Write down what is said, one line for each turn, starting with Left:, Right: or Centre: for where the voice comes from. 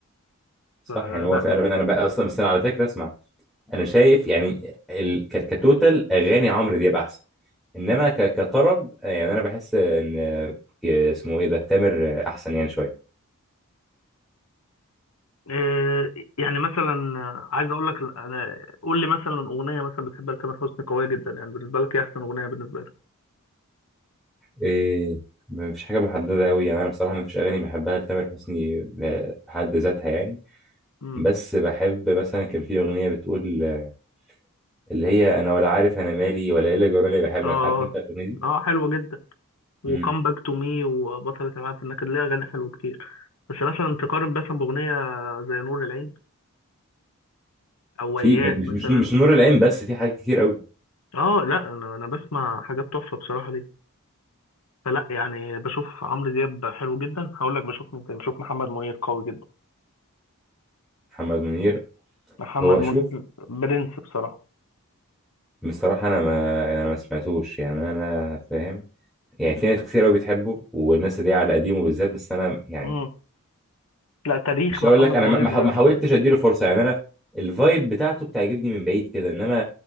Centre: صح
Left: فلا
Centre: يعني هو فعلا انا بقى اصلا بس انا على فكره اسمع انا شايف يعني ال... ك... كتوتال اغاني عمرو دياب احسن انما ك... كطرب آه، يعني انا بحس ان آه، اسمه ايه ده تامر آه، احسن يعني شويه
Left: آه، يعني مثلا عايز اقول لك انا قول لي مثلا اغنية مثلا بتحبها لتامر حسني قوية جدا يعني بالنسبة لك ايه احسن اغنية بالنسبة
Centre: إيه مفيش حاجه محدده قوي يعني انا بصراحه مفيش اغاني بحبها لتامر حسني آه، بحد ذاتها يعني
Left: لك
Centre: بس بحب مثلا كان في اغنيه بتقول آه، اللي هي انا ولا عارف انا مالي ولا ايه اللي جرالي بحبك
Left: اه
Centre: عارف انت الاغنيه دي
Left: اه حلوة جدا وكم
Centre: امم
Left: باك تو مي وبطلة العالم في النكد ليها أغاني حلوة كتير بس مثلا تقارن مثلا بأغنية زي نور العين أو وياه
Centre: في م- مش
Left: مثلا
Centre: مش مش نور العين بس في حاجات كتير قوي
Left: اه لا أنا أنا بسمع حاجات تحفة بصراحة ليه فلا يعني بشوف عمرو دياب حلو جدا هقول لك بشوف مين تاني بشوف محمد منير قوي جدا
Centre: محمد منير
Left: محمد
Centre: هو
Left: منير
Centre: شوف
Left: برنس بصراحة
Centre: بصراحه انا ما انا ما سمعتوش يعني انا فاهم يعني في ناس كتير قوي بتحبه والناس اللي هي على قديمه بالذات بس انا يعني
Left: امم لا تاريخ
Centre: مش
Left: محمد
Centre: هقول لك انا
Left: منير
Centre: ما ما حا- ما حاولتش اديله فرصه يعني انا الفايب بتاعته بتعجبني من بعيد كده انما